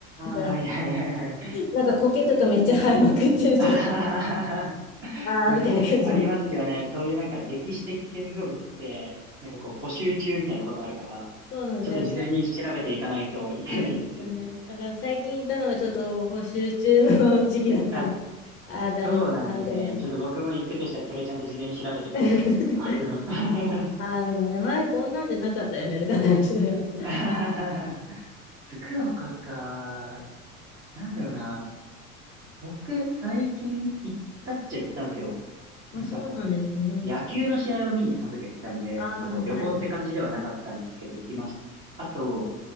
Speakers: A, on the left (about 30°); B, on the right (about 25°).
A: なんか
B: あ、はいはいはいはい。
A: なんか苔とかめっちゃ生えまくってる状態、
B: <laughs> あははは
A: <laughs> ああ、
B: なんか、
A: みたいな感じで。
B: ありますよね。そういうなんか歴史的建造物って、なんかこう補修中みたいなことあるから、
A: そうなんですよ。
B: ちょっと事前に調べていかないといけないですよね。
A: なんですよね。だから最近行ったのがちょっと補修中の時期だったんで、
B: あ、
A: ああ、残念だなみたいな感じ。
B: そうなんですね。ちょっと僕も行くとしたらそれちゃんと事前に調べてから行きたいなって思います。
A: <laughs>
B: <laughs> あ
A: ああ、みたいな。前こんなんじゃなかったよね、とかね話しながら。<laughs>
B: ははは福岡か。なんだろうな。僕、最近行ったっちゃ行ったんですよ。
A: まあ、
B: なんかあの、
A: そうなんですね。
B: 野球の試合を見にその時は行ったんで、
A: ああ、
B: なんかこう旅行って感じではなかったんですけど、
A: はい。
B: 行きましたね。あと、